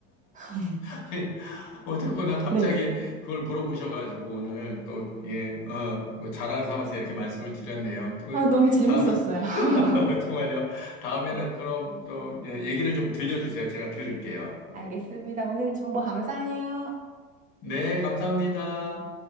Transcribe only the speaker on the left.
<laughs> 어쨌거나 갑자기
그걸 물어보셔가지고 오늘 또, 예, 어, 뭐 자랑 삼아서 이렇게 말씀을 드렸네요. 그
다음,
<laughs> 정말요. 다음에는
그럼 또 예, 얘기를 좀 들려주세요. 제가 들을게요. 네.
네, 감사합니다.